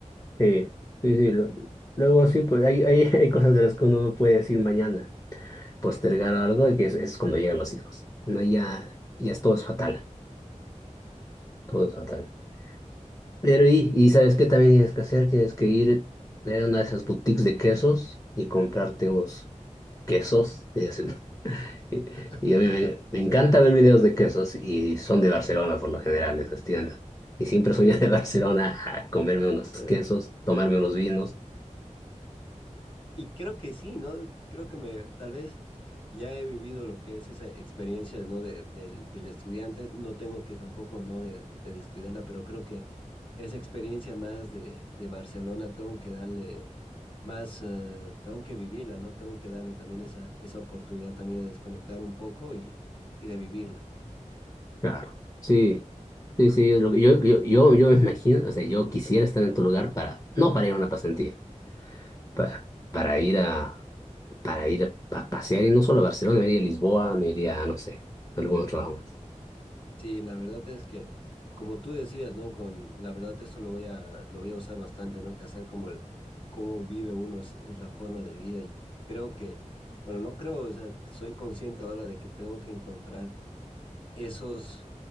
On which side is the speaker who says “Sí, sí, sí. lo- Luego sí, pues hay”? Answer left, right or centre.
Left